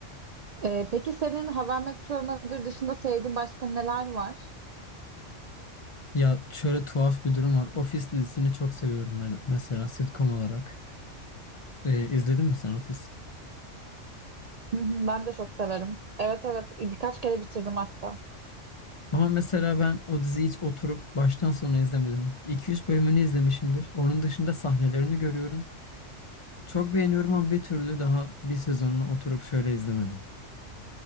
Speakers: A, on the right; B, on the left.
A: Ee, peki senin How I Met Your Mother dışında sevdiğin başka neler var?
B: Ya şöyle tuhaf bir durum var. Office dizisini çok seviyorum ben mesela sitcom olarak. Ee, izledin mi sen Office?
A: Hı hı, Ben de çok severim. Evet evet birkaç kere bitirdim hatta.
B: Ama mesela ben o diziyi hiç oturup baştan sona izlemedim. 2-3 bölümünü izlemişimdir. Onun dışında sahnelerini görüyorum. Çok beğeniyorum ama bir türlü daha bir sezonunu oturup şöyle izlemedim.